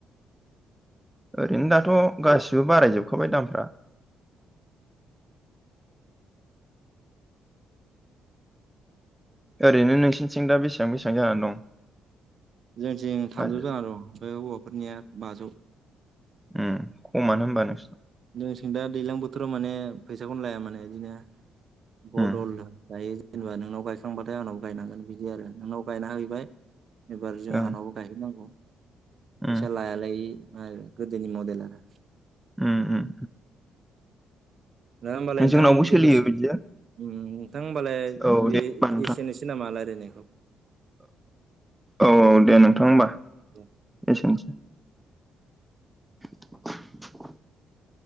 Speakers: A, in the centre; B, on the right (about 55°).
A: ओरैनो दाथ' गासिबो बारायजोबखाबाय दामफ्रा ओरैनो नोंसिनिथिं दा बेसेबां बेसेबां जानानै दं?
B: जोंथिं थामजौ
A: हाजो
B: जाना दं हौवाफोरनिया बाजौ
A: उम खमानो होमबा नोंसन
B: जोंनिथिं दा दैज्लां बोथोराव माने फैसाखौनो लाया माने बिदिनो बदलनो
A: उम
B: गायो जेनेबा नोंनाव गायखांबाथाय आंनावबो गायनांगोन बिदि आरो नोंनाव गायना हैबाय एबार जोंहानाव
A: उम
B: गायहैनांगौ फैसा
A: उम
B: लायालोय माय गदोनि मदेल आरो
A: उम उम
B: ना होमबालाय
A: उम
B: नोंथां
A: जोंनावबो
B: दोनथ'सै।
A: सोलियो बिदिया
B: उम नोंथां होमबालाय
A: औ
B: बे
A: दे होनबा नोंथां
B: एसेनोसै नामा रायलायनो
A: औ दे नोंथां
B: दे
A: होमबा एसेनोसै। <unintelligible>